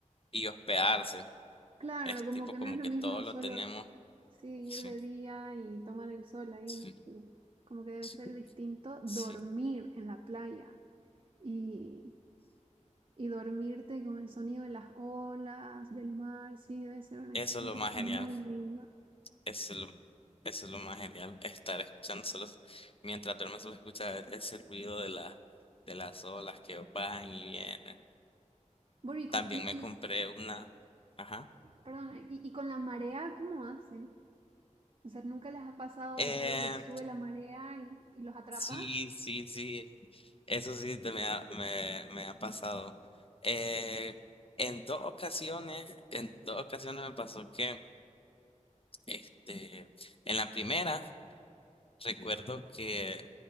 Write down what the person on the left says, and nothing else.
y hospedarse.
Es
tipo
como
que
todo lo
tenemos.
Sí,
sí,
sí.
Sí.
Eso
es lo más
genial.
Eso es lo, eso es lo más genial. Estar escuchando solo, mientras duermes solo escucha ese ruido de la, de las olas que van y vienen.
También
me
compré una. Ajá.
Eh,
sí, sí, sí. Eso sí te me ha, me, me ha pasado. Eh, en dos ocasiones, en dos ocasiones me pasó que, este, en la primera. Recuerdo que